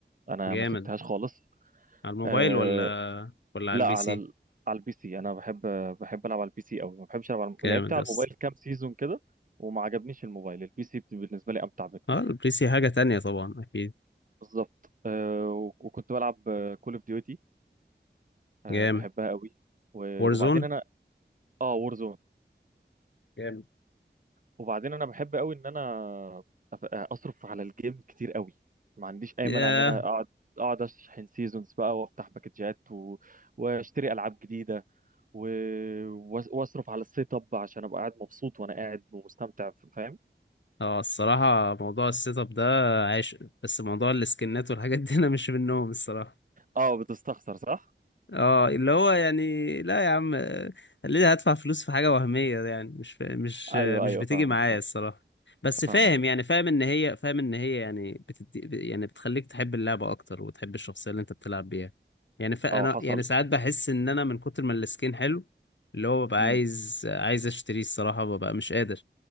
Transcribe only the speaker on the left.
جامد
على الموبايل
ولا ولا على
البي
سي
جامد
يا اسطى
اه البي سي حاجه تانية طبعا اكيد
جامد
وارزون
جامد
ياه
اه الصراحه موضوع السيت اب ده عايش بس موضوع السكنات والحاجات دي انا مش منهم الصراحه
اه اللي هو يعني لا يا عم آه، ليه هدفع فلوس في حاجة وهمية يعني مش مش
آه، مش
بتيجي
معايا
الصراحة بس فاهم
يعني فاهم ان هي فاهم ان هي يعني بتدي يعني بتخليك تحب اللعبة اكتر وتحب الشخصية اللي انت بتلعب بيها يعني فانا
يعني ساعات بحس ان انا من كتر ما السكين حلو اللي هو ببقى
عايز عايز اشتريه الصراحة ببقى مش قادر